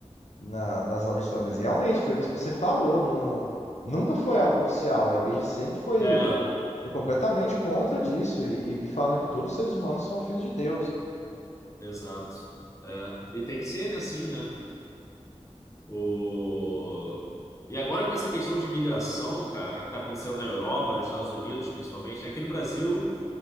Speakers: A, on the left; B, on the left.
A: na- nas aulas de história, mas realmente foi o que você falou, não, nunca foi algo oficial. A igreja sempre foi,
B: É,
A: foi completamente contra disso e, e- e falando que todos os seres humanos são filhos de Deus.
B: exato. É. E tem que ser né, assim, né? O... E agora com essa questão de imigração, cara, que está acontecendo na Europa, nos Estados Unidos, principalmente, né? Aqui no Brasil,